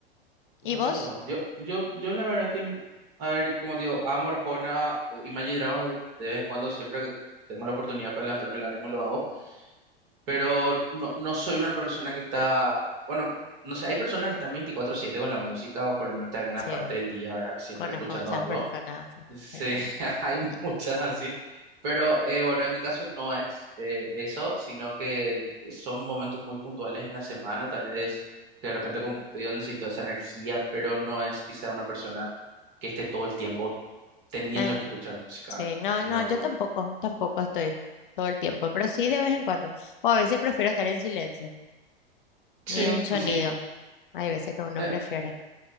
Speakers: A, on the left; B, on the right.
A: ¿Y
B: Ah,
A: vos?
B: mira vos. Yo, yo, yo la verdad que, n- a ver, como te digo, amo Arjona, eh, Imagine Dragons de, de vez en cuando, siempre que tengo la oportunidad para levantarme el ánimo lo hago, pero no, no soy una persona que está, bueno, no sé, hay personas que están veinticuatro siete con la música o por lo menos están gran
A: Sí,
B: parte del día, ¿verdad? Siempre
A: conozco
B: escuchando
A: muchas
B: algo.
A: personas, sí.
B: Sí,
A: Eh,
B: <laughs> hay
A: ujú.
B: muchas así, pero eh, bueno, en mi caso no es eh, eso, sino que son momentos muy puntuales en la semana, tal vez que de repente, como te digo, necesito esa energía, pero no es que sea una persona que esté todo el tiempo teniendo
A: En-
B: que escuchar música,
A: sí,
B: ¿verdad?
A: no,
B: No,
A: no, yo tampoco, tampoco estoy todo el tiempo, pero sí de vez en cuando. O a veces prefiero estar en silencio,
B: sí,
A: ni un sonido.
B: y sí,
A: Hay veces que uno
B: eh,
A: prefiere.